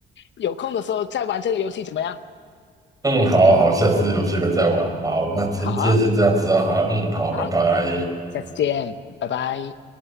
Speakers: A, on the left (about 65°); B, on the right (about 20°).
A: 有空的时候再玩这个游戏怎么样？
B: 嗯，好好，下次有机会再玩，好，那今今天先这样子啊，
A: 好啊，
B: 好，嗯，好，
A: 好，
B: 拜拜。
A: 下次见，拜拜。